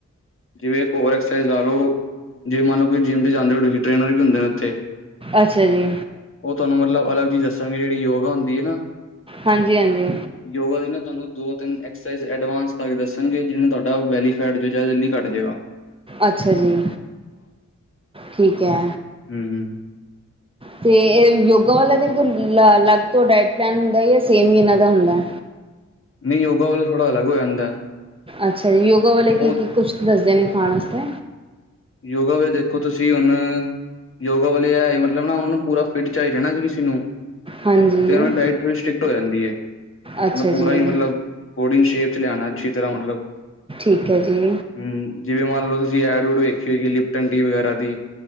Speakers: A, on the left; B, on the right.
A: ਜਿਵੇ ਕੋਰ ਫਿਰ ਲਾ ਲਓ, ਜੇ ਮੰਨ ਲਓ ਜਿੰਮ ਤੇ ਜਾਂਦੇ, ਉ ਸੀ ਟ੍ਰੇਨਰ ਵੀ ਹੁੰਦੇ ਨੇ ਉੱਥੇ
B: ਅੱਛਾ ਜੀ।
A: ਉਹ ਤੁਹਾਨੂੰ ਮਤਲਬ ਅਲੱਗ ਚੀਜ਼ ਦੱਸਾਂਗੇ ਜਿਹੜੀ ਯੋਗਾ ਹੁੰਦੀ ਐ ਨਾ
B: ਹਾਂਜੀ-ਹਾਂਜੀ।
A: ਯੋਗਾ ਦੀ ਨਾ ਤੁਹਾਨੂੰ ਦੋ, ਤਿੰਨ ਐਕਸਰਸਾਈਜ਼ ਐਡਵਾਂਸ ਕਰਕੇ ਦੱਸਣਗੇ ਜਿਹੇ ਨੇ ਤੁਹਾਡਾ ਵੈਲੀ ਫੈਟ ਜ ਜਾ ਜਲਦੀ ਘੱਟ ਜੇਗਾ।
B: ਅੱਛਾ ਜੀ, ਠੀਕ ਐ।
A: ਹਮ।
B: ਤੇ ਇਹ ਯੋਗਾ ਵਾਲਾ ਦਿਨ ਕੋ ਅਲੱਗ ਤੋਂ ਡਾਇਟ ਪਲੈਨ ਹੁੰਦਾ ਜਾਂ ਸੇਮ ਹੀ ਇਹਨਾਂ ਦਾ ਹੁੰਦਾ
A: ਨਹੀਂ ਯੋਗਾ ਵ ਵਾਲਾ ਥੋੜ੍ਹਾ ਅਲੱਗ ਹੋ ਜਾਂਦਾ।
B: ਅੱਛਾ ਜੀ, ਯੋਗਾ ਵਾਲੇ ਕੀ-ਕੀ
A: ਉਹ
B: ਕੁਛ ਦੱਸਦੇ ਨੇ ਖਾਣ ਆਸਤੇ
A: ਯੋਗਾ ਵਿੱਚ ਦੇਖੋ ਤੁਸੀਂ ਹੁਣ ਯੋਗਾ ਵਾਲੇ ਐ ਮਤਲਬ ਨਾ ਉਹ ਨੂੰ ਪੂਰਾ ਫਿਟ ਚਾਹੀਦਾ ਨਾ ਕਿਸੇ ਨੂੰ
B: ਹਾਂਜੀ
A: ਤੇ ਉਹਨਾਂ ਡਾਇਟ ਥੌੜੀ ਸਟ੍ਰਿਕਟ ਹੋ ਜਾਂਦੀ ਏ।
B: ਅੱਛਾ
A: ਪੂਰਾ
B: ਜੀ
A: ਹੀ ਮਤਲਬ, ਬੌਡੀ ਸ਼ੇਪ 'ਚ' ਲਿਆਣਾ ਅੱਛੀ ਤਰ੍ਹਾਂ ਮਤਲਬ
B: ਠੀਕ ਐ ਜੀ।
A: ਹਮ ਜਿਵੇਂ ਮੰਨ ਲਓ ਤੁਸੀਂ ਐਡ ਡ ਵੇਖੀ ਹੋਗੀ ਲਿਪਟਨ ਟੀ ਵਗੈਰਾ ਦੀ